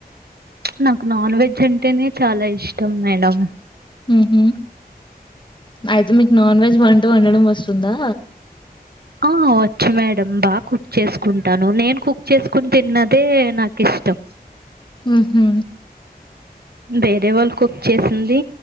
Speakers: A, on the right; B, on the left.
A: నాకు నాన్ వెజ్ అంటేనే చాలా ఇష్టం మేడం
B: ఉహు అయితే మీకు నాన్ వెజ్ వంట వండడం వస్తుందా
A: ఆ వచ్చు మేడం బాగా కుక్ చేసుకుంటాను నేను కుక్ చేసుకుని తిన్నదే నాకు ఇష్టం
B: ఉహూ
A: వేరే వాళ్ళ కుక్ చేసింది